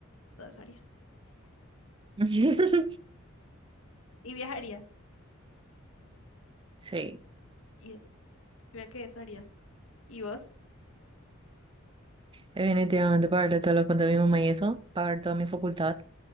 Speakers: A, on the left; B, on the right.
A: Todo eso haría.
B: <laughs>
A: Y viajaría.
B: Sí.
A: Y es- creo que eso haría. ¿Y vos?
B: Definitivamente pagarle todo lo cuento a mi mamá y eso, pagar toda mi facultad,